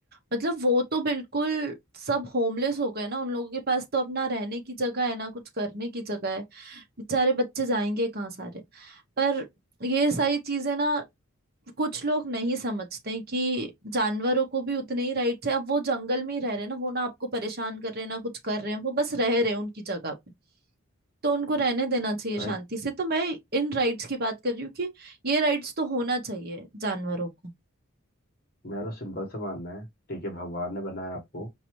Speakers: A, on the right (about 45°); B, on the left (about 45°).
A: मतलब वो तो बिल्कुल सब होमलेस हो गए ना उन लोगों के पास तो अपना रहने की जगह है ना कुछ करने की जगह है बेचारे बच्चे जाएंगे कहाँ सारे पर ये सारी चीजें ना कुछ लोग नहीं समझते कि जानवरों को भी उतने ही राइट्स है अब वो जंगल में ही रह रहे हैं ना वो ना आपको परेशान कर रहे हैं ना कुछ कर रहे हैं वो बस रह रहे हैं उनकी जगह पे तो उनको रहने देना चाहिए
B: भाई
A: शांति से तो मैं इन राइट्स की बात कर रही हूँ कि ये राइट्स तो होना चाहिए जानवरों को
B: मेरा तो सिंपल सा मानना है ठीक है भगवान ने बनाया आपको